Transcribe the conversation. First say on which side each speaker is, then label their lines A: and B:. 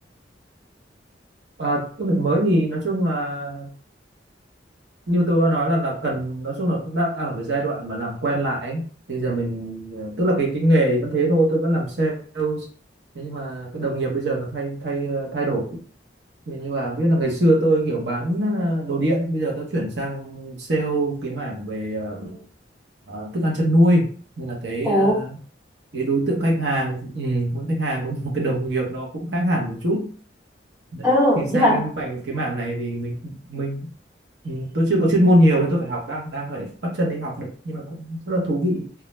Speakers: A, on the right (about 65°); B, on the right (about 15°).
A: à, cái việc mới thì nói chung là như tôi đã nói là là cần nói chung là cũng đang ở cái giai đoạn mà làm quen lại ấy. thì giờ mình ờ, tức là cái cái nghề thì vẫn thế thôi tôi vẫn làm sales thế nhưng mà cái đồng nghiệp bây giờ nó thay thay ờ, thay đổi thì như là biết là ngày xưa tôi kiểu bán ờ, đồ điện bây giờ tôi chuyển sang sale cái mảng về ờ, ờ, thức ăn chăn nuôi nên là cái
B: ồ
A: ờ, cái đối tượng khách hàng ừ, mỗi khách hàng cũng <laughs> một cái đồng nghiệp nó cũng khác hẳn một chút Đấy.
B: ừ
A: thì sang
B: nhưng mà
A: cái mảng cái mảng này thì mình mình Ừ, tôi chưa có chuyên môn nhiều nên tôi phải học đang đang phải bắt chân đi học được nhưng mà cũng rất là thú vị